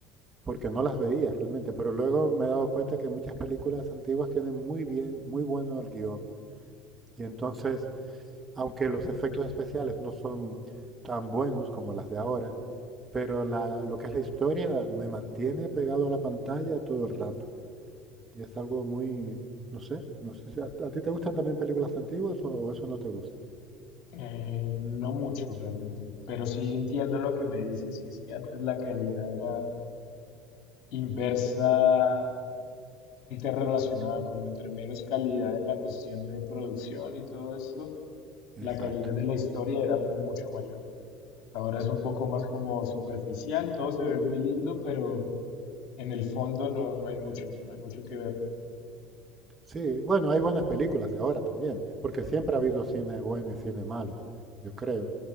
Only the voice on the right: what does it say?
porque no las veía realmente, pero luego me he dado cuenta que muchas películas antiguas tienen muy bien, muy bueno el guión. Y entonces, aunque los efectos especiales no son tan buenos como las de ahora, pero la- lo que es la historia me mantiene pegado a la pantalla todo el rato. Y es algo muy, no sé, no sé si a, a ti te gustan también películas antiguas o, o eso no te gusta.
Exacto.
Sí, bueno, hay buenas películas de ahora también, porque siempre ha habido cine bueno y cine malo, yo creo.